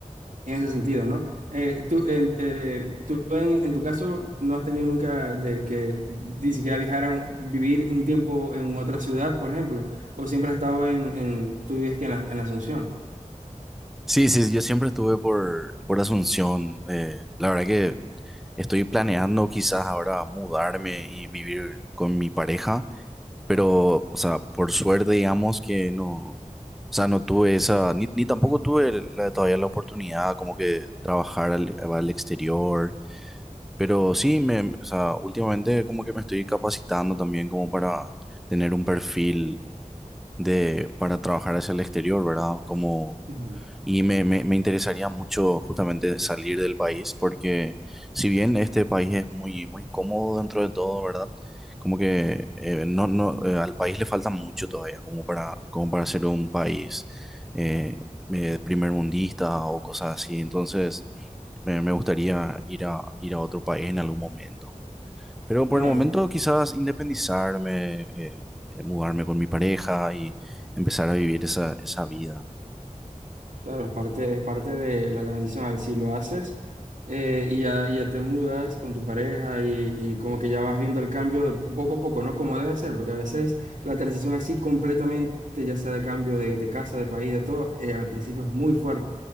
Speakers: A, on the right; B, in the centre.
A: en ese sentido, ¿no? Eh, tú, en, eh, tú en, en tu caso no has tenido nunca de que ni siquiera viajar a un- vivir un tiempo en otra ciudad, por ejemplo, o siempre has estado en, en tú vives que en la, en la Asunción.
B: Sí, sí, sí, yo siempre estuve por, por Asunción. Eh, la verdad que estoy planeando quizás ahora mudarme y vivir con mi pareja, pero, o sea, por suerte digamos que no, o sea, no tuve esa, ni, ni tampoco tuve la- todavía la oportunidad como que trabajar al, al exterior, pero sí, me, o sea, últimamente como que me estoy capacitando también como para tener un perfil de, para trabajar hacia el exterior, ¿verdad? Como,
A: Ujú.
B: y me, me, me interesaría mucho justamente salir del país, porque si bien este país es muy, muy cómodo dentro de todo, ¿verdad? Como que eh, no, no, eh, al país le falta mucho todavía, como para, como para ser un país eh, eh, primermundista o cosas así. Entonces, me, me gustaría ir a, ir a otro país en algún momento. Pero por
A: Claro.
B: el momento quizás independizarme, eh, eh, mudarme con mi pareja y empezar a vivir esa, esa vida.
A: Claro, es parte, es parte de la transición. A ver, Si lo haces eh, y, ya, y ya te mudas con tu pareja y, y como que ya vas viendo el cambio de poco a poco, ¿no? Como debe ser, porque a veces la transición así completamente, ya sea de cambio de, de casa, de país, de todo, eh, al principio es muy fuerte.